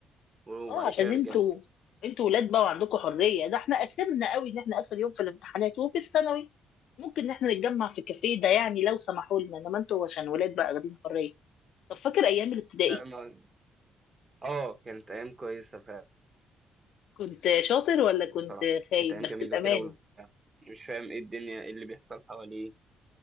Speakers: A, on the right (about 30°); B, on the left (about 75°).
A: وبعد
B: اه عشان
A: كده رجعنا
B: انتوا انتوا ولاد بقى وعندكم حريه ده احنا اخرنا قوي ان احنا اخر يوم في الامتحانات وفي الثانوي ممكن ان احنا نتجمع في كافيه ده يعني لو سمحوا لنا انما انتوا عشان ولاد بقى واخدين حريه طب فاكر ايام الابتدائي
A: لا ما اه كانت أيام كويسة فعلا
B: كنت شاطر ولا كنت
A: بصراحة
B: خايب
A: كانت أيام
B: بس
A: جميلة
B: بامانه
A: كده وال- مش فاهم ايه الدنيا ايه اللي بيحصل حواليه